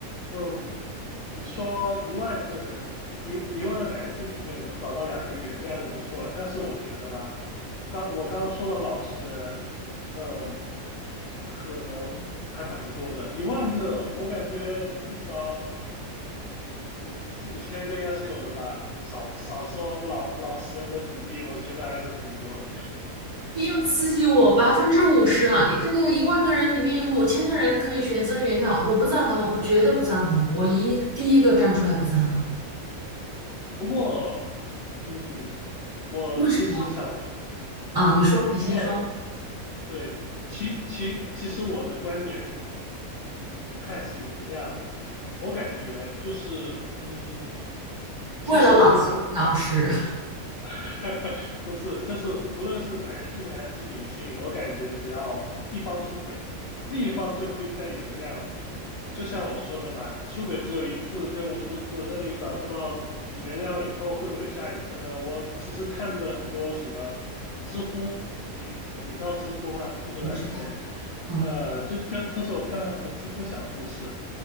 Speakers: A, on the left (about 60°); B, on the right (about 15°).
A: 嗯，你说一万个人，一一万个男性里面能找到两个原谅就不错了。但是我觉得吧，刚我刚刚说的老实人，嗯，可能还蛮多的，一万个，我感觉至少五四五千个应该是有的吧，少少说老老实人的比例，我觉得还是挺多的。
B: 不要刺激我，百分之五十啊！你这个一万个人里面有五千个人可以选择原谅，我不赞同，我绝对不赞同，我一第一个站出来不赞同。
A: 不过嗯，我其实想
B: 为什么啊？你说，你先说。
A: 问，对，其其其实我的观点不不太是原谅，我感觉就是，嗯，其实不
B: 为了老师，老实，
A: <laughs> 不是，就是不论是男性还是女性，我感觉只要一方出轨，另一方就不应该原谅了。就像我说的嘛，出轨只有一次跟无数次，那你咋知道你原谅了以后会不会有下一次呢？我其实看的很多什么知乎，你你知道知乎吗？这个软件，
B: 我知道，嗯
A: 呃，就就就是我看了很多知乎小故事。